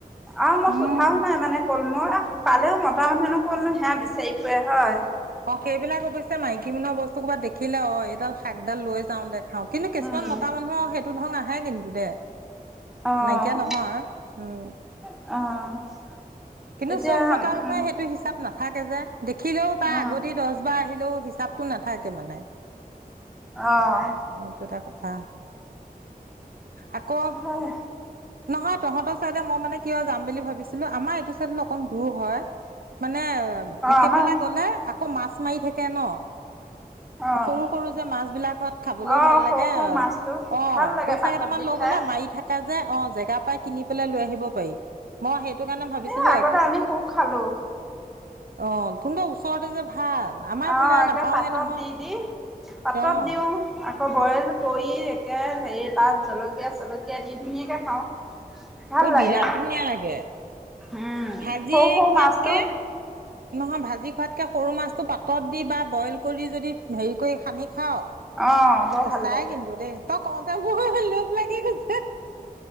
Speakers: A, in the centre; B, on the right.
A: অ', মই
B: উম।
A: সোধাও নাই মানে কলমৌ পালেও মতা মানুহেনো ক'তনো সেয়া বিচাৰি ফুৰে হয়।
B: অ', সেইবিলাক অৱশ্যে মাইকী মানুহে বস্তু ক'ৰবাত দেখিলে অ', এইডাল শাকডাল লৈ যাওঁ দে। কিন্তু কিছুমান
A: উম,
B: মতা মানুহৰ সেইটো ধং হয় কিন্তু দে।
A: অ',
B: নাইকিয়া নহয়, উম।
A: অ'।
B: কিন্তু
A: এতিয়া
B: চব মতা
A: উম
B: মানহে সেইটো হিচাপ নাথ থাকে যে। দেখিলেও তাৰ
A: উম
B: আগতে দচ বাৰ আহিলেও হিচাপটো নাথাকে মানে,
A: অঁ
B: এইটো এটা কথা। আকৌ
A: হয়।
B: নহয়। তহঁতক চাইদে মই মানে কিয় যাম বুলি ভাবি ছিলো আমাৰ এইটো অকণ দূৰ হয় মান মানে সেইফালে
A: আমাৰ
B: গ'লে আকৌ মাছ মাৰি থাকে ন'।
A: অঁ
B: সৰু সৰু যে মাছ বিলাকত খাবলৈও
A: অঁ
B: ভাল
A: সৰু
B: লাগে
A: সৰু মাছটো
B: অ'
A: ভাল লাগে
B: পইচা
A: পাতত
B: কেইটামান
A: দি
B: লৈ
A: খাই
B: গ'লে মাৰি থকা। অ', জেগা পাই কিনি পেলাই লৈ আহিব পাৰি। মই সেইটো কাৰণে ভাবিছিলো
A: এ আগতে আমি খুব খালো।
B: অঁ তুনত ওচৰতে যে ভাল আমাৰ এইফালে
A: অ' একে
B: নাপাওৱে
A: পাতত
B: নহয়
A: দি দি পাতত
B: অ',
A: দিওঁ। আকৌ বইল কৰি একে হেৰি তাত জলকীয়া-চলকীয়া দি ধুনীয়াকে খাওঁ। ভাল
B: মোৰ বিৰাট
A: লাগে আৰু
B: ধুনীয়া লাগে
A: উম
B: ভাঁজি
A: সৰু সৰু
B: খোৱাতকে
A: মাছটো
B: নহয় ভাঁজি খোৱাতকে সৰু মাছ টো পাতত দি বা বইল কৰি যদি হেৰি কৰি সানি খাও
A: অঁ বৰ
B: সঁচাই
A: ভাল লাগে
B: কিন্তু দেই। তক কওঁতে মোৰ লোপ লাগি গৈছে।